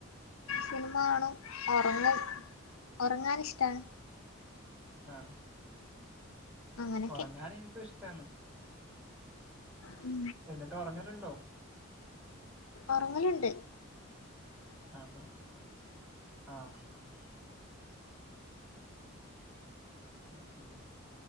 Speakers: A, on the left; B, in the centre.
A: സിനിമ കാണും ഉറങ്ങും. ഉറങ്ങാനിഷ്ടാണ്.
B: ആഹ്
A: അങ്ങനൊക്കെ
B: ഉറങ്ങാന് എനിക്കും ഇഷ്ടാണ്.
A: ഉം
B: എന്നിട്ട് ഉറങ്ങലുണ്ടോ
A: ഉറങ്ങലുണ്ട്.
B: ആഹ് ആ ആഹ് അത് ശരി